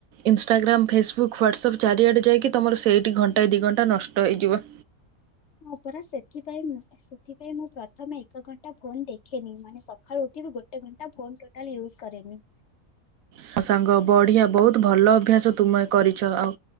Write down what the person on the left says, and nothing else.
ହଁ ପରା ସେଥିପାଇଁ ସେଥିପାଇ ମୁଁ ପ୍ରଥମେ ଏକ ଘଣ୍ଟା ଫୋନ ଦେଖେନି। ମାନେ ସକାଳୁ ଉଠିବି ଗୋଟେ ଘଣ୍ଟା ଟୋଟାଲୀ ଫୋନ୍ ୟୁଜ କରେନି।